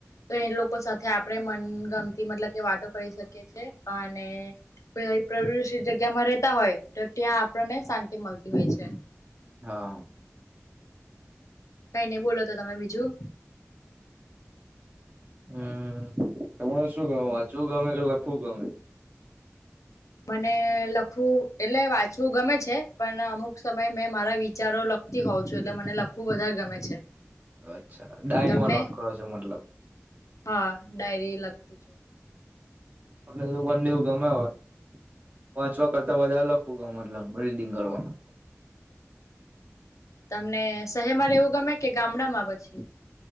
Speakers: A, on the left; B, on the right.
A: તો એ લોકો સાથે આપ મન ગમતી મતલબ કે વાતો કરી શકીએ છીએ અને કોઇક. તેમાં રહેતા હોય તો ત્યાં આપણને શાંતિ મળતી હોય છે.
B: હા.
A: કઈ નઈ બોલો તો તમે બીજું.
B: હમ તમારે શું ગમે વાંચવું ગમે કે લખવું ગમે.
A: મને લખવું એટલે વાંચવું ગમે છે પણ અમુક સમય મેં મારા વિચારો લખ લખતી હોઉં છું એટલે મને લખવું વધારે ગમે છે.
B: અચ્છા ડાયરીમાં
A: તમને
B: નોટ કરો છો મતલબ.
A: હા ડાયરી લખ.
B: ને વન ડેવું ગમે હોય વાંચવા કરતા વધારે લખું. મતલબ રીડિંગ કરવાનું.
A: તમને શહેરમાં રહેવું ગમે કે ગામડામાં પછી.